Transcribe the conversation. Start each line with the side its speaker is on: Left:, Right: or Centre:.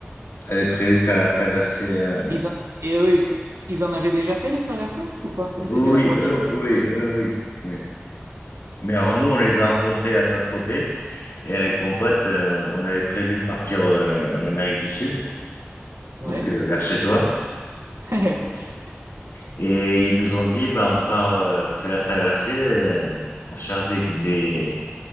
Left: avait prévu de faire la traversée. euh,
Right: Ils en- Et eux, ils... ils en avaient déjà fait des traversées ou pas? Ou
Left: Oui,
Right: c'était la première
Left: oui, eux,
Right: pour
Left: oui,
Right: eux?
Left: eux, oui, oui. Mais alors nous, on les a rencontrés à Saint-Tropez et avec mon pote, euh, on avait prévu de partir euh, en Amérique du Sud,
Right: Ouais.
Left: donc euh, vers chez toi.
Right: <laughs>
Left: Et ils nous ont dit, bah on part, euh, on fait la traversée, euh, on cherche des, des,